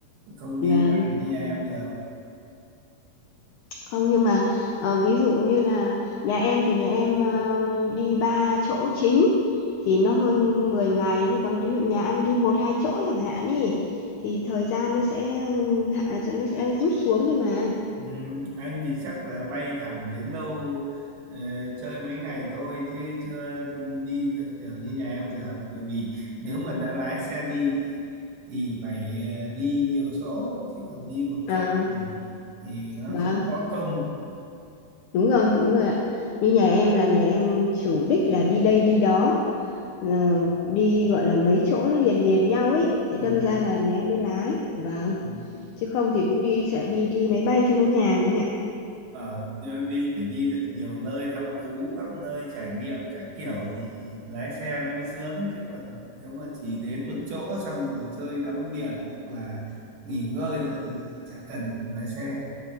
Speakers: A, on the right (about 70°); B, on the left (about 85°).
A: không đi
B: vâng
A: dài như nhà em được
B: không nhưng mà ờ, ví dụ như là nhà em thì nhà em ờ, đi ba chỗ chính thì nó hơn mười ngày thế còn ví dụ nhà anh đi một hai chỗ chẳng hạn ý thì thời gian nó sẽ hạ nó sẽ rút xuống thôi mà
A: Ừ, anh thì chắc là bay thẳng đến đâu ờ, chơi mấy ngày thôi chứ chưa đi được kiểu như nhà em được bởi vì nếu mà đã lái xe đi thì, thì phải ờ, đi nhiều chỗ chứ còn đi một
B: à
A: chỗ thì, thì nó
B: vâng
A: không có công
B: đúng rồi đúng rồi ạ như nhà em là nhà em chủ đích là đi đây đi đó ờ, đi gọi là mấy chỗ nó liền liền nhau ấy thế đâm
A: ừ.
B: ra là nhà em mới lái vâng
A: ừ.
B: chứ không thì cũng đi sẽ đi đi máy bay cho nó nhàn anh ạ
A: Ờ, đi phải đi được nhiều nơi thăm thú khắp nơi trải nghiệm các kiểu thì lái xe nó mới sướng chứ còn nếu mà chỉ đến một chỗ xong thì chơi tắm biển hoặc là nghỉ ngơi rồi thì chả cần lái xe